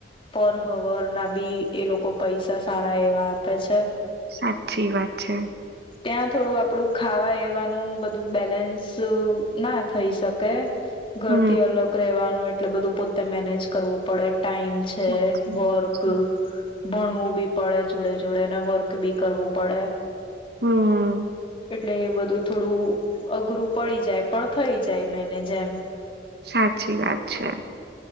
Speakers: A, on the left; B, on the right.
A: પર હવર ના બી એ લોકો પૈસા સારા એવા આપે છે.
B: સાચી વાત છે.
A: ત્યાં થોડું આપડું ખાવા એવાનું બધું બેલેન્સ ના થઈ શકે. ઘરથી
B: હમ
A: અલગ રહેવા નું એટલે બધું પોતે મેનેજ કરવું પડે. ટાઈમ છે
B: સાચી
A: વર્ક
B: વાત છે.
A: ભણવું બી પડે જોડે જોડે ને વર્ક બી કરવું પડે.
B: હમ
A: એટલે બધું થોડું અઘરું પડી જાય પણ થઈ જાય મેનેજ એમ.
B: સાચી વાત છે.